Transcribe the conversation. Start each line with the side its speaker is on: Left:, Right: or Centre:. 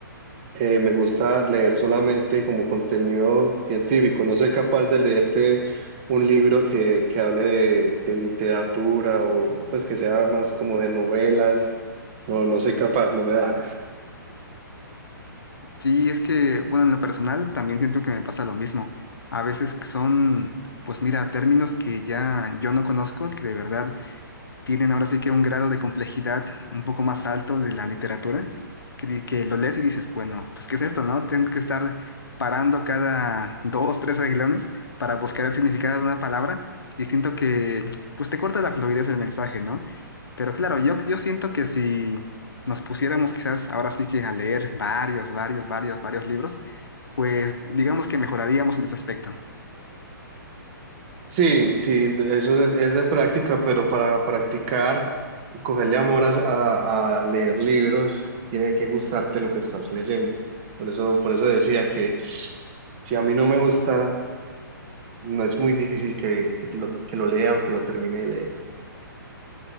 Right: eh, me gusta leer solamente como contenido científico. No soy capaz de leerte un libro que, que hable de, de literatura o pues que sea más como de novelas. No, no soy capaz, no me da.
Left: Sí, es que, bueno, en lo personal también siento que me pasa lo mismo. A veces que son, pues mira, términos que ya yo no conozco, que de verdad tienen ahora sí que un grado de complejidad un poco más alto de la literatura, que, di- que lo lees y dices, bueno, pues ¿qué es esto, no? Tengo que estar parando cada dos, tres aguilones para buscar el significado de una palabra y siento que, pues te corta la fluidez del mensaje, ¿no? Pero claro, yo, yo siento que si nos pusiéramos quizás ahora sí que a leer varios, varios, varios, varios libros, pues digamos que mejoraríamos en ese aspecto.
Right: Sí, sí, de- eso es, es de práctica, pero para practicar y cogerle amor a, a- a leer libros, tiene que gustarte lo que estás leyendo. Por eso, por eso decía que si a mí no me gusta, no es muy difícil que, que lo, que lo lea o que lo termine de leer.